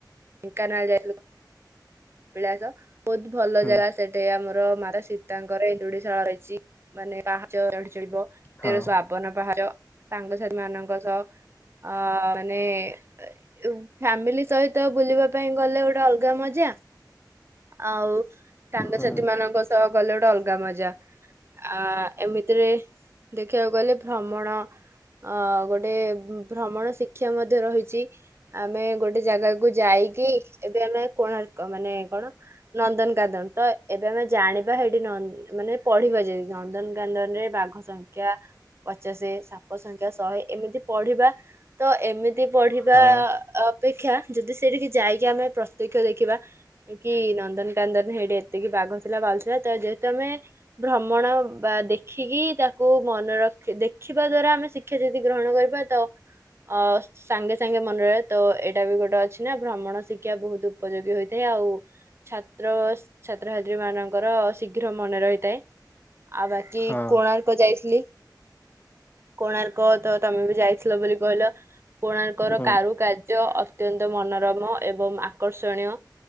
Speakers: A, on the right; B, on the left.
A: କା ନା ଜଲ କପିଳାଶ ବହୁତ ଭଲ
B: ହୁଁ
A: ଜାଗା ସେଠି ଆମର ମାତା ସୀତାଙ୍କର ଏଇନ୍ଦୁଡିଶାଳ ରହିଛି। ମାନେ ପାହାଚ ଚଢି ଚଳିବ
B: ହଁ।
A: ତେରଶ ଆବନ ପାହାଚ ସାଙ୍ଗସାଥି ମାନଙ୍କ ସହ ଅ ମାନେ ଫ୍ୟାମିଲି ସହିତ ବୁଲିବା ପାଇଁ ଗଲେ ଗୋଟେ ଅଲଗା ମଜା ଆଉ ସାଙ୍ଗସାଥି
B: ହଁ
A: ମାନଙ୍କ ସହ ଗଲେ ଗୋଟେ ଅଲଗା ମଜା। ଆ ଏମିତିରେ ଦେଖିବାକୁ ଗଲେ ଭ୍ରମଣ ଅ ଗୋଟେ ଭ୍ରମଣ ଶିକ୍ଷା ମଧ୍ୟ ରହିଛି ଆମେ ଗୋଟେ ଜାଗାକୁ ଯାଇ ଏଇି ଏବେ ଆମେ କୋଣାର୍କ ମାନେ କଣ ନନ୍ଦନକାନନ ତ ଏବେ ଆମେ ଜାଣିବା ସେଇଠି ମାନେ ପଢିବା ଯଦି ନନ୍ଦନକାନନ ରେ ବାଘ ସଂଖ୍ୟା ପଚାଶ ସାପ ସଂଖ୍ୟା ଶହେ ଏମିତି ପଢିବା ତ ଏମିତି ପଢିବା
B: ହଁ
A: ଅପେକ୍ଷା ଯଦି ସେଠିକି ଯାଇକି ଆମେ ପ୍ରତ୍ୟକ୍ଷ ଦେଖିବା କି ନନ୍ଦନ କାନନ ହେଇଠି ଏତିକି ବାଘ ଥିଲା ଭାଲୁ ଥିଲା ତ ଯେହେତୁ ଆମେ ଭ୍ରମଣ ବା ଦେଖିକି ତାକୁ ମନେ ରଖି ଦେଖିବା ଦ୍ଵାରା ଆମେ ଶିକ୍ଷା ଯଦି ଗ୍ରହଣ କରିବା ତ ଅ ସାଙ୍ଗେ ସାଙ୍ଗେ ମନରେ ତ ଏଇଟା ବି ଗୋଟେ ଅଛି ନା ଭ୍ରମଣ ଶିକ୍ଷା ବହୁତ ଉପଯୋଗୀ ହେଇଛି। ଆଉ ଛାତ୍ର ଛାତ୍ରଛାତ୍ରୀ ମାନଙ୍କର ଶୀଘ୍ର ମନେ ରହିଥାଏ। ଆଉ ବାକି
B: ହଁ
A: କୋଣାର୍କ ଯାଇଥିଲି। କୋଣାର୍କ ତ ତମେ ବି ଯାଇଥିଲ ବୋଲି କହିଲ। କୋଣାର୍କ ର
B: ହଁ
A: କାରୁକାର୍ଯ୍ୟ ଅତ୍ୟନ୍ତ ମନୋରମ ଏବଂ ଆକର୍ଷଣୀୟ।